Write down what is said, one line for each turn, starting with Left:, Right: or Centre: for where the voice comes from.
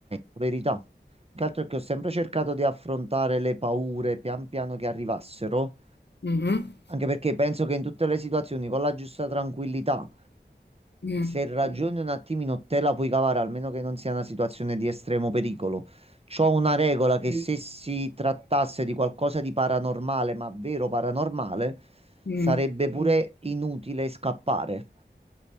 Right: Verità. Che altro è che ho sempre cercato di affrontare le paure pian piano che arrivassero,
Left: Mhm.
Right: anche perché penso che in tutte le situazioni, con la giusta tranquillità,
Left: Mm,
Right: se ragioni un attimino te la puoi cavare, almeno che non sia una situazione di estremo pericolo. C'ho una regola che se si trattasse di qualcosa di paranormale, ma vero paranormale,
Left: mm.
Right: sarebbe pure inutile scappare.